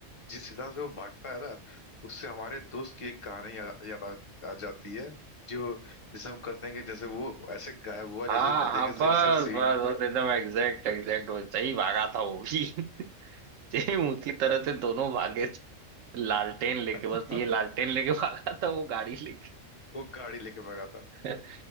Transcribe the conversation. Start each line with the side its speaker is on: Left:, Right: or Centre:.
Left: जिस हिसाब से वो भागता है ना उससे हमारे दोस्त की एक कहानी याद याद आ, आ जाती है जो जिसे हम कहते हैं कि जैसे वो ऐसे गायब हुआ
Right: हाँ
Left: जैसे गधे
Right: हाँ
Left: के सिर
Right: बस
Left: से सींग
Right: बस बस एकदम एग्जैक्ट एग्जैक्ट वैसे ही भागा था वो भी <laughs> सेम उसी तरह से दोनों भागे थे लालटेन लेके
Left: <laughs>
Right: बस ये लालटेन लेके <laughs> भागा था वो गाड़ी लेके
Left: वो गाड़ी लेके भागा था
Right: <laughs>